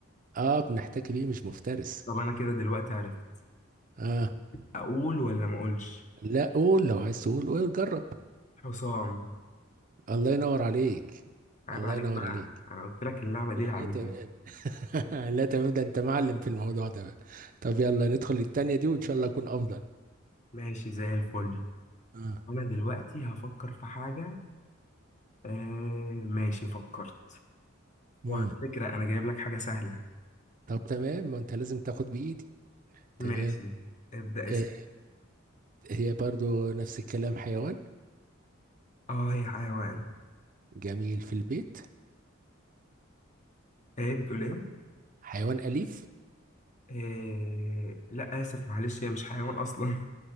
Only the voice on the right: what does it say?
اه بنحتكي بيه مش مفترس
اه
لا قول لو عايز تقول قول جرب
الله ينور عليك
الله
ينور
عليك
لا
تمام <laughs> لا تمام ده انت معلم في الموضوع ده بقى طب يلا ندخل التانية دي وان شاء الله اكون افضل
اه
امم
طب تمام ما انت لازم تاخد بايدي
تمام
آه. هي برضو نفس الكلام حيوان
جميل في البيت
حيوان أليف